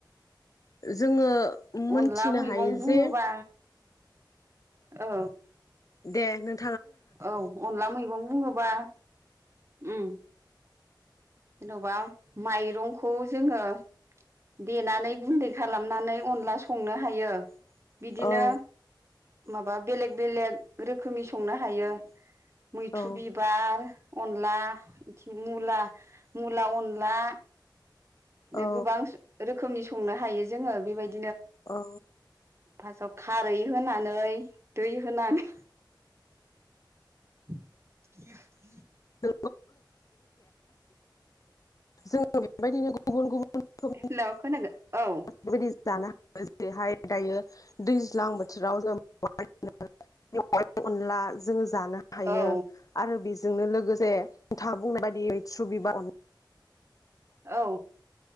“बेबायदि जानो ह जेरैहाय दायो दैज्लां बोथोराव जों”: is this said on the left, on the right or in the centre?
Left